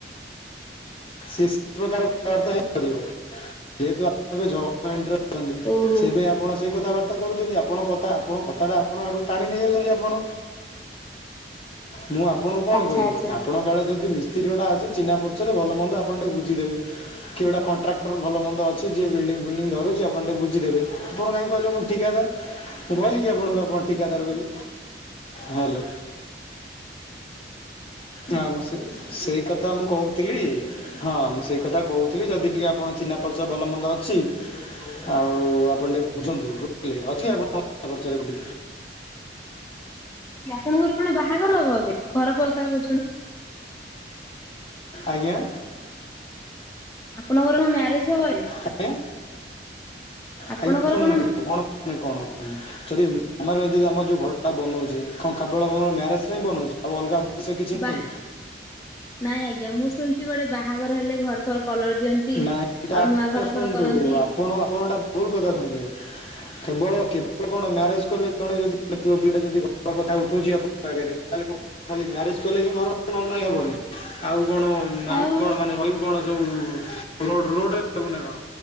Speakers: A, on the left; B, on the left.
A: ସିଏ ସେଇ ପ୍ରକାର କଥା ବାର୍ତ୍ତାହୀ କରିବ। ଯେହେତୁ ଝଗଡା ମାଇଣ୍ଡରେ ଅଛନ୍ତି।
B: ଓହୋ
A: ସେଇଥିାଇଁ ଆପଣ ସେ କଥାବାର୍ତ୍ତା କରୁଛନ୍ତି ଆପଣଙ୍କ କ ଆପଣଙ୍କ କଥାଟା ଆପଣ ଆଡ଼ୁ ଟାଣି ନେଇଯାଉଛନ୍ତି। ଆପଣ ମୁଁ ଆପଣଙ୍କୁ କଣ
B: ଆଚ୍ଛା
A: କହିଲି?
B: ଆଚ୍ଛା।
A: ଆପଣ ଆଡେ ଯଦି ମିସ୍ତ୍ରୀ ଗୁଡା ଅଛି ଚିହ୍ନା ପରିଚିତ ଭଲ ମନ୍ଦ ଆପଣ ଟିକେ ବୁଝିଦେବେ କି ଗୋଟା କଣ୍ଟାଟର ଭଲ ମନ୍ଦ ଅଛି ଯିଏ ବିଲ୍ଡିଙ୍ଗ ଫିଲ୍ଡିଙ୍ଗ ଧରୁଛି ଆପଣ ଟିକେ ବୁଝିଦେବେ। ଆପଣ କାହିଁକି କହିଲେ ମୁଁ ଠିକାଦାର? ମୁଁ କହିଲି କି ଆପଣଙ୍କୁ ଆପଣ ଠିକାଦାର ବୋଲି? ହ୍ୟାଲୋ। ଆ ମୁଁ ସେ ସେଇ କଥା ମୁଁ କହୁଥିଲି ହଁ, ମୁଁ ସେଇ କଥା କହୁଥିଲି ଯଦି ଟିକିେ ଆପଣ ଚିହ୍ନା ପରିଚିତ ଭଲ ମନ୍ଦ ଅଛି ଆଉ ଆପଣ ଟିକେ ବୁଝନ୍ତୁେ ଅ ଆପଣଙ୍କର୍ଚ <unintelligible>
B: ଆପଣଙ୍କର କଣ ବାହାଘର ହବ ଏବେ, ଘର କଥା କହୁଛନ୍ତି?
A: ଆଜ୍ଞା?
B: ଆପଣଙ୍କର ମ୍ୟାରେଜ ହବ ଏବେ?
A: ଆଜ୍ଞା
B: ଆପଣଙ୍କର
A: ଆଜ୍ଞା ଶୁଣନ୍ତୁ
B: କଣ
A: କଣ ମାନେ କଣ ଯଦି ଆମ ଯଦି ଆମର ଯୋଉ ଘରଟା ବନଉଛି କଣ ଖବବେ ମ୍ୟାରେଜ ପାଇଁ ବନଉଛି <unintelligible> ଆଉ ଅଲଗା ମଣିଷ କିଛି
B: ବା
A: ନାଇଁ।
B: ନାଇଁ ଆଜ୍ଞା ମୁଁ ଶୁଣିଛି ଗୋଟେ ବାହାଘର ହେଲେ ଘର ଫର କଲର ଦିଅନ୍ତି।
A: ନା
B: ଆଉ
A: ଏଇଟା ଆପଣ
B: ନୂଆ ଘର
A: ଶୁଣନ୍ତୁ
B: ଫର କରନ୍ତି।
A: ଆପଣ, ଆପଣ ଏଟା ଭୁଲ କଥା ଶୁଣିଲେ। କେବଳ କେବଳ କଣ ମ୍ୟାରେଜ କଲେ ଜଣେ ଯଦି ପୁଅ ପିଲାଟା ଯଦି ଘର କଥା ଉଠଉଚି ଆପଣଙ୍କ ଆଗରେ ତାହେଲେ କ ଖାଲି ମ୍ୟାରେଜ କଲେ ହିଁ ଘର ହବ ନହେଲେ ନାହିଁ ହବନି? ଆଉ କଣ ଆମେ
B: ଆଉ
A: କଣ ମାନେ ରହିବୁ କଣ ସବୁ ରୋଡ଼ ରୋଡରେ ରହିବୁନା କଣ?